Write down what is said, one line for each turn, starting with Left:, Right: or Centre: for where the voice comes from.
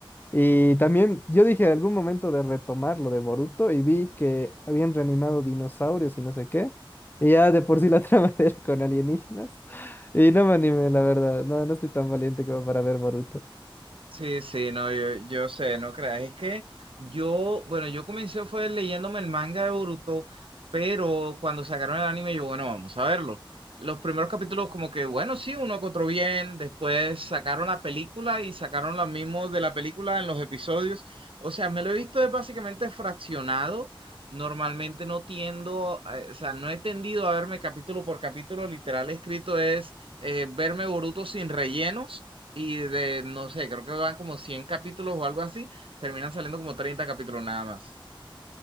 Left: Y también yo dije algún momento de retomar lo de Boruto y vi que habían reanimado dinosaurios y no sé qué. Y ya de por sí la <laughs> trama era con alienígenas. Y no me animé, la verdad. No, no estoy tan valiente como para ver Boruto.
Right: Sí, sí, no, yo, yo sé, no creas. Es que yo, bueno, yo comencé fue leyéndome el manga de Boruto, pero cuando sacaron el anime, yo, bueno, vamos a verlo. Los primeros capítulos, como que, bueno, sí, uno que otro bien. Después sacaron la película y sacaron los mismos de la película en los episodios. O sea, me lo he visto es básicamente fraccionado. Normalmente no tiendo, eh, o sea, no he tendido a verme capítulo por capítulo. Literal escrito es eh, verme Boruto sin rellenos y de, no sé, creo que van como 100 capítulos o algo así, terminan saliendo como 30 capítulos nada más.